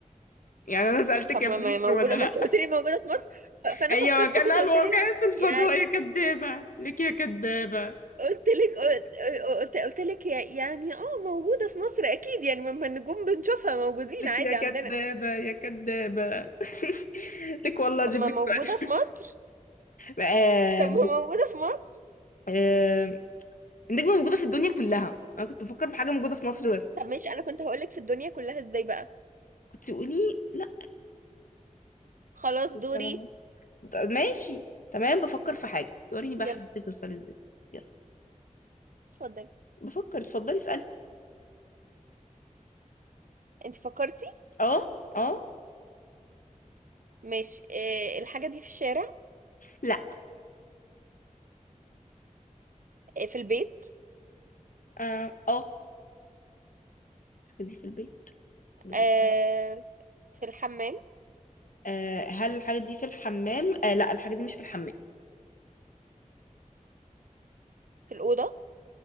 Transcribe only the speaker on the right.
طب
ما
ما
موجودة
ما انت قلت لي موجودة في مصر ف- فانا
فكرت
كده
قلت لك
يا
قلت لك قلت قلت قلت لك يا- يعني اه موجودة في مصر اكيد يعني ما ما النجوم بنشوفها موجودين
عادي
عندنا
طب ما
موجودة
في مصر
طب ما موجودة في مصر
طب ماشي انا كنت هقولك في الدنيا كلها ازاي بقى
خلاص دوري
يلا
اتفضلي
انت فكرتي
ماشي اه الحاجة دي في الشارع
اه في البيت
اه في الحمام
في الأوضة